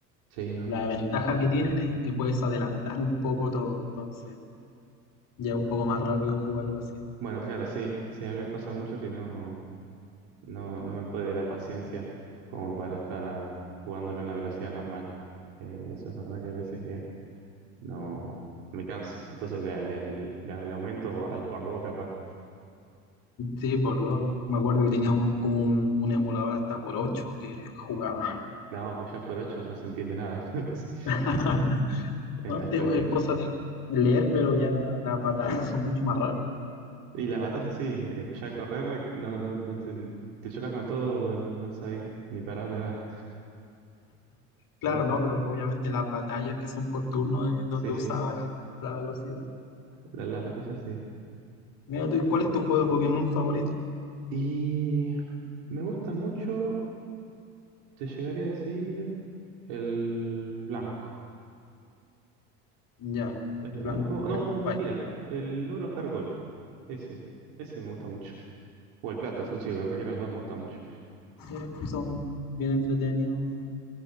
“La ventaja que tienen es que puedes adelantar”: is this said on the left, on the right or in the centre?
Left